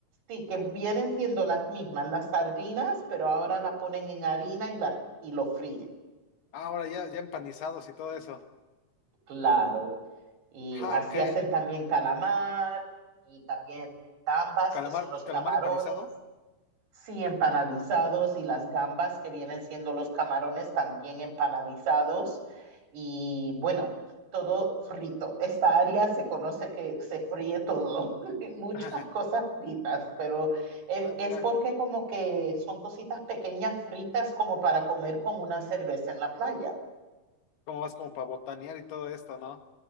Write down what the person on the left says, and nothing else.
Ah, ahora ya, ya empanizados y todo eso.
Ah,
ok.
Calamar,
calamar
empanizado.
<laughs>
Ah, mira,
cómo vas como para botanear y todo esto, ¿no?